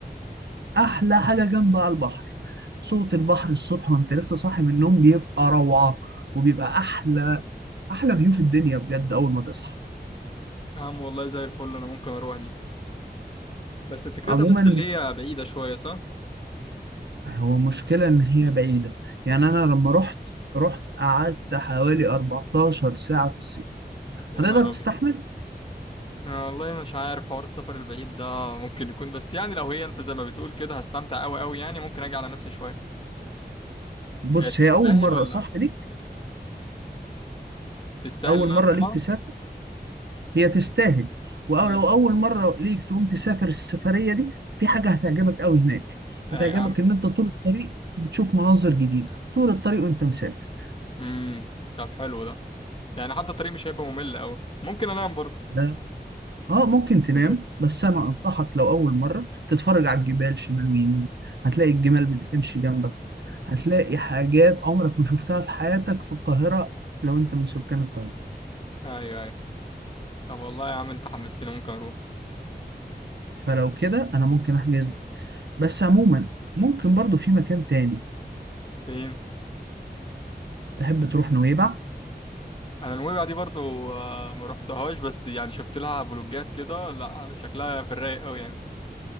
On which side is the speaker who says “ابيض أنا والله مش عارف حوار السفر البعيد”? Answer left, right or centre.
Left